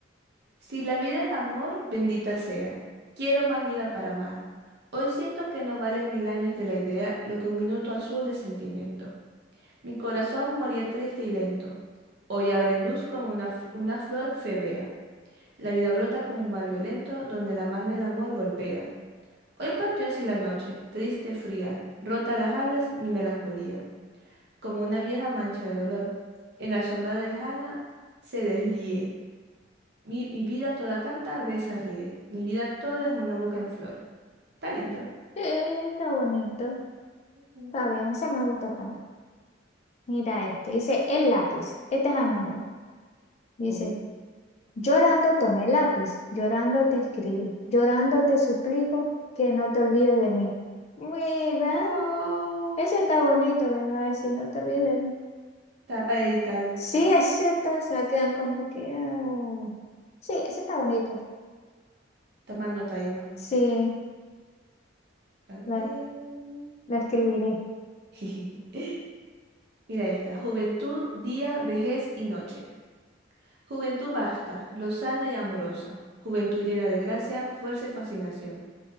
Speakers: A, on the right; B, on the left.
A: Si la vida es amor, bendita sea. Quiero más vida para amar. Hoy siento que no valen mil años de la idea lo que un minuto azul de sentimiento. Mi corazón moría triste y lento. Hoy abre en luz como una, f- una flor febea. La vida brota como un mar violento donde la mano del amor golpea. Hoy partió así la noche, triste, fría, rota las alas, mi melancolía, como una vieja mancha de dolor. En la sombra lejana se deslié. Mi, mi vida toda canta, besa, ríe. Mi vida toda es una boca en flor. Está lindo.
B: eh, está bonito.
A: Ujú.
B: Está bien, ese me gusta también. Mira este, dice el lápiz. Este es anónimo. Dice,
A: Uh.
B: llorando tomé el lápiz, llorando te escribí, llorando te suplico que no te olvides de mí. Mira,
A: Oh.
B: ese está bonito, ¿verdad? Si no te olvides de mí.
A: Está para dedicarlo.
B: Sí, es cierto, se quedan como que... ah, Sí, ese está bonito.
A: Toma nota, Emma.
B: Sí,
A: A
B: lo,
A: ver.
B: lo escribiré.
A: <laughs> Mira esta. Juventud, día, vejez y noche. Juventud vasta, lozana y amorosa. Juventud llena de gracia, fuerza y fascinación.